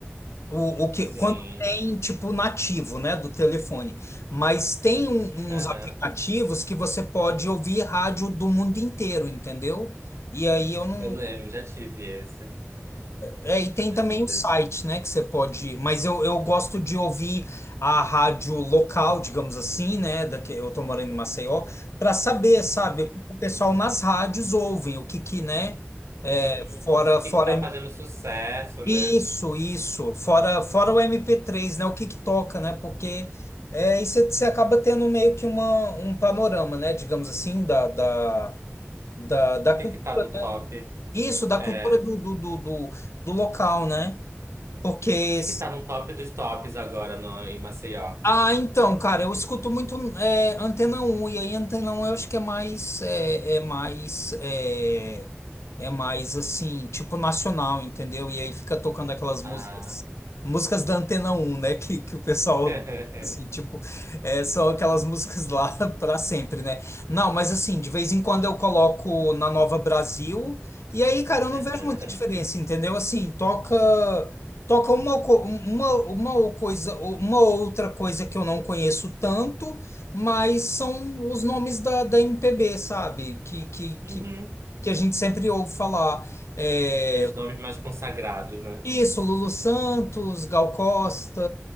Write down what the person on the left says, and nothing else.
O, o que,
quando tem, tipo, nativo, né, do telefone. Mas tem um-
uns aplicativos que você pode ouvir rádio do mundo inteiro, entendeu? E aí eu não.
É, e tem
também
o
site, né, que você pode. Mas eu, eu gosto de ouvir a rádio local, digamos assim, né, da que eu tô morando em Maceió, para saber, sabe, o que o pessoal nas rádios ouvem, o que que, né,
fora,
fora
Isso,
isso. Fora, fora o mp três né? O que que toca, né? Porque é, aí você você acaba tendo meio que uma, um panorama, né? Digamos assim, da, da, da, da cultura.
né?
Isso, da
cultura
do, do, do, do, do local, né? Porque
Ah, então, cara, eu escuto muito é, Antena Um e aí Antena 1 eu acho que é mais, é, é mais, é, é mais assim, tipo nacional, entendeu? E aí fica tocando aquelas músicas,
músicas da Antena Um, né? Que, que o pessoal,
assim, tipo, é, são aquelas músicas lá <laughs> pra sempre, né? Não, mas assim, de vez em quando eu coloco na Nova Brasil, e aí, cara, eu não
vejo muita diferença, entendeu? Assim, toca. Toca uma, co- uma, uma ou coisa, uma outra coisa que eu não conheço tanto, mas são os nomes da, da MPB, sabe? Que, que,
que, que a gente sempre ouve falar. É,
isso, Lulu Santos, Gal Costa,